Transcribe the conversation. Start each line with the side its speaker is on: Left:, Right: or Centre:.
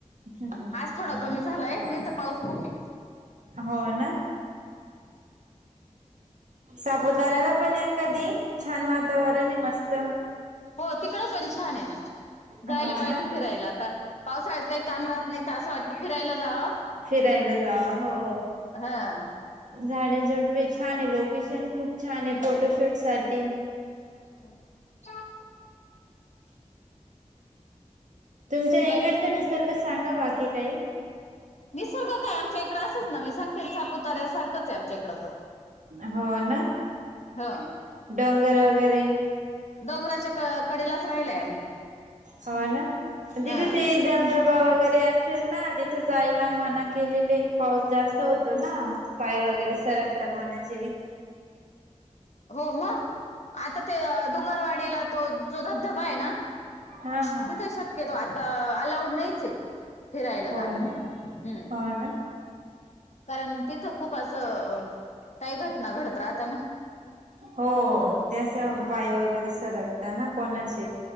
Right: हो
Left: आज थोडा
Right: ना
Left: कमी झालाय नाही तर पाऊस खूप हाय
Right: हो ना सापुतार्याला पण या कधी छान वा वातावरण हाय मस्त
Left: हो तिकडं पण छान हाय ना जायला
Right: हो
Left: पाहिजे
Right: ना.
Left: फिरायला आता पावसाळ्यात काही काम राहत नाही असं वाटतं फिरायला जावाव
Right: फिरायला जाव हो
Left: हा
Right: झाडेझुडपे छान हाय छान हाय फोटोशूट साठी
Left: <inaudible>
Right: तुमच्या
Left: बाकी
Right: इकडचं निस निसर्ग सांगा बाकी काही
Left: निसर्ग काय आमच्या इकड अस असच ना मी सांगते सापुतऱ्या सारखंच आहे आमच्या इकडं पण.
Right: हो ना
Left: ह
Right: डोंगर वगैरे
Left: डोंगराच्या क कडेलाच राहिलाय आम्ही
Right: हो ना तिथे
Left: आं.
Right: ते धबधबा वगैरे असेल ना तिथं जायला मना केलेले पाऊस जास्त होतो ना. पाय वगैरे सरकता कोणाचे.
Left: हो म आता ते दुगरवाडीला तो जो धबधबा आहे ना
Right: हा
Left: तिथं
Right: हा
Left: शक यतो आता अलाऊड नाहीच आहे फिरायला
Right: हो
Left: जाणं
Right: ना
Left: म्हणजे हम्म.
Right: हो ना.
Left: कारण तिथं खूप असं काही घटना घडत राहता ना
Right: हो ते असं त्याच
Left: ह
Right: पाय वगैरे सरक त ना कोणाचे